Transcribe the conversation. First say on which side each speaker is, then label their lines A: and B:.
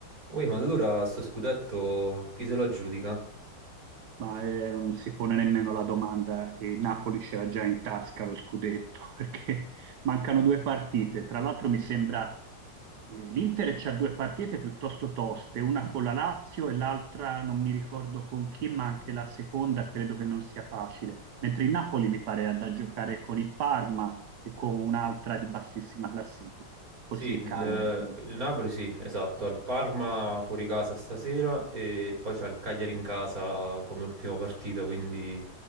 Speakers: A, on the right; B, on the right.
A: Ui, ma allora sto scudetto chi se lo aggiudica?
B: ma eh, non si pone nemmeno la domanda e il Napoli ce l'ha già in tasca lo scudetto <laughs> perché mancano due partite. Tra l'altro mi sembra eh, l'Inter c'ha due partite piuttosto toste, una con la Lazio e l'altra non mi ricordo con chi, ma anche la seconda credo che non sia facile. Mentre il Napoli mi pare ha da giocare con il Parma e con un'altra di bassissima classifica, forse
A: Sì, il,
B: il Cagliari. non-
A: il Napoli sì, esatto, al Parma fuori casa stasera e poi c'ha il Cagliari in casa come ultima partita, quindi